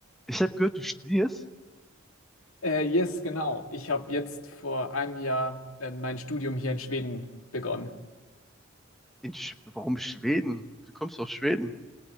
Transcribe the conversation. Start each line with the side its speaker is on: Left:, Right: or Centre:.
Centre: Ich habe gehört, du studierst
Left: Äh, yes, genau. Ich habe jetzt vor einem Jahr äh, mein Studium hier in Schweden begonnen.
Centre: in Sch Warum Schweden? Du kommst aus Schweden.